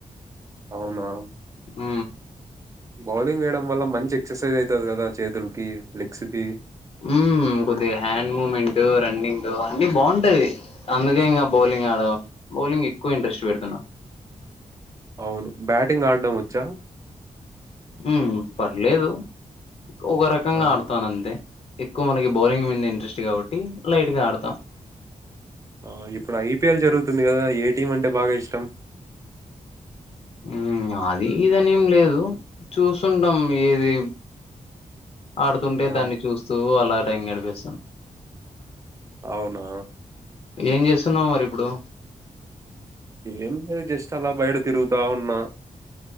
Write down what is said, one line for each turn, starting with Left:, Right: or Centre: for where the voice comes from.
Right: అవునా
Left: ఊ
Right: బౌలింగ్ వేయడం వల్ల మంచి ఎక్సర్సైజ్ అవుతది కదా చేతులకి లెగ్స్ కి
Left: ఊ కొద్దిగా హ్యాండ్ మూమెంట్ రన్నింగ్ అన్ని బాగుంటది అందుకే ఇంకా బౌలింగ్ ఆడదాం బౌలింగ్ ఎక్కువ ఇంట్రెస్ట్ పెడుతున్నా
Right: అవును బ్యాటింగ్ ఆడడం వచ్చా
Left: ఊ పర్లేదు ఒక రకంగా
Right: ఆ
Left: ఆడు తానంతే ఎక్కువ మనకి బౌలింగ్ మీద ఇంట్రెస్ట్ కాబట్టి లైట్ గా ఆడతా
Right: ఆ ఇప్పుడు ఐపీఎల్ జరుగుతుంది కదా ఏ టీం అంటే బాగా ఇష్టం
Left: ఊ అది ఈది అని ఎం లేదు చూసుంటాం ఏది ఆడుతుంటే
Right: ఆ
Left: దాన్ని చూస్తూ అలా టైం గడిపిస్తాం
Right: అవునా
Left: ఏం చేస్తున్నావు మరి ఇప్పుడు
Right: ఏం లేదు జస్ట్ అలా బయట తిరుగుతా ఉన్నా